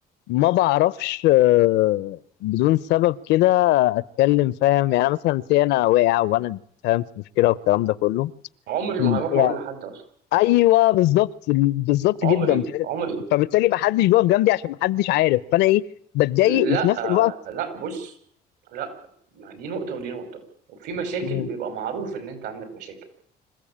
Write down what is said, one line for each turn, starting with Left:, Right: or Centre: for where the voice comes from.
Left: ما بعرفش آه، بدون سبب كده اتكلم فاهم يعني أنا مثلا سي انا واقع وانا فاهم في مشكلة والكلام ده كله
Right: عمري
Left: ب-
Right: ما هروح
Left: يعني
Right: أقول لحد أصلا
Left: ايوه بالظبط بالظبط
Right: عمري
Left: جدا ف-
Right: عمري
Left: فبالتالي ما حدش بيقف جنبي عشان ما حدش عارف فانا ايه بتضايق
Right: لا
Left: وفي نفس الوقت
Right: لا بص لا ما دي نقطة ودي نقطة وفي مشاكل
Left: مم،
Right: بيبقى معروف إن أنت عندك مشاكل